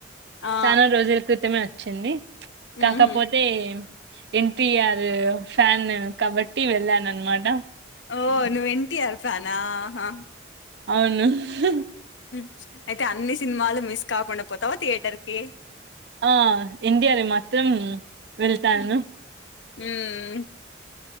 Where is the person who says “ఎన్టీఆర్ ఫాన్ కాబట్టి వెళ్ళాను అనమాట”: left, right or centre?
Right